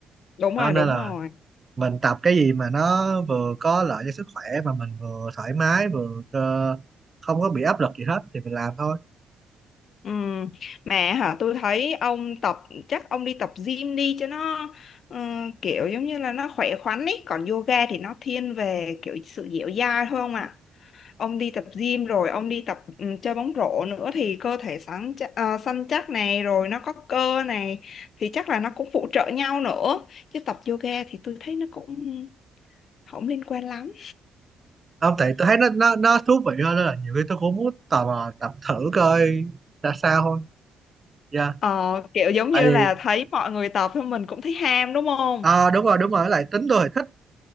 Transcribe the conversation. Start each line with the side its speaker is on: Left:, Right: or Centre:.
Left: đúng
Right: đó,
Left: rồi
Right: nên
Left: đúng
Right: là
Left: rồi
Right: mình tập cái gì mà nó vừa có lợi cho sức khỏe mà mình vừa thoải mái vừa ờ, không có bị áp lực gì hết thì mình làm thôi
Left: Ừ, mẹ hả tôi thấy ông tập chắc ông đi tập gym đi cho nó ờ, kiểu giống như là nó khỏe khoắn ý còn yoga thì nó thiên về kiểu sự dẻo dai thôi không ạ ông đi tập gym rồi ông đi tập ừ, chơi bóng rổ nữa thì cơ thể sáng chắc, ờ, săn chắc này rồi nó có cơ này thì chắc là nó cũng phụ trợ nhau nữa chứ tập yoga thì tôi thấy nó cũng không liên quan lắm
Right: không tại tôi thấy nó nó nó thú vị hơn nên là nhiều khi tôi cũng muốn tò mò tập thử coi ra sao thôi dạ
Left: Ờ, kiểu giống
Right: tại
Left: như
Right: vì
Left: là thấy mọi người tập thôi mình cũng thấy ham đúng không
Right: ờ, đúng rồi đúng rồi Với lại tính tôi thì thích